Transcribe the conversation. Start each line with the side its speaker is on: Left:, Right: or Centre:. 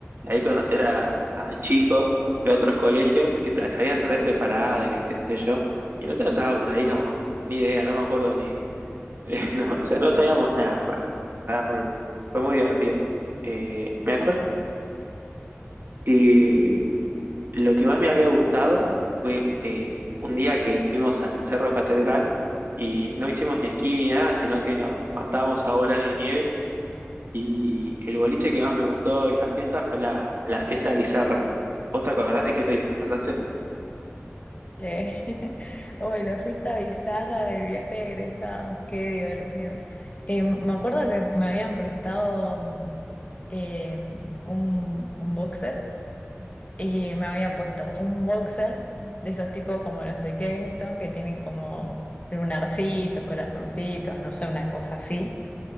Right: ahí conocer a, a chicos de otros colegios que ta- se habían re preparado de qué sé yo, y nosotros estábamos ahí como, ni idea, no me acuerdo ni, <laughs> no, o sea, no sabíamos nada realmente. Fue muy divertido. Eh, me acuerdo que lo que más me había gustado fue eh, un día que fuimos al Cerro Catedral y no hicimos ni esquí ni nada, sino que nos matamos a bolas de nieve. Y el boliche que más me gustó y la fiesta fue la, la fiesta bizarra. ¿Vos te acordás de qué te disfrazaste?
Left: Eh, <laughs> Uy, la fiesta bizarra del viaje de egresados, qué divertido. Eh, me acuerdo que me habían prestado mm, eh, un, un boxer y me había puesto un boxer de esos tipos como los de Kingston que tienen como lunarcitos, corazoncitos, no sé, una cosa así.